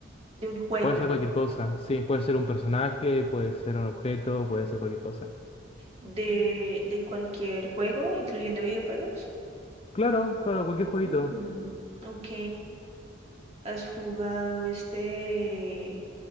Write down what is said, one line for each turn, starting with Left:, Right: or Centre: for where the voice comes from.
Right: De un juego.
Left: Puede ser cualquier cosa, sí, puede ser un personaje, puede ser un objeto, puede ser cualquier cosa.
Right: De, de cualquier juego, incluyendo videojuegos.
Left: Claro, claro, cualquier jueguito.
Right: Mm, ok. ¿Has jugado este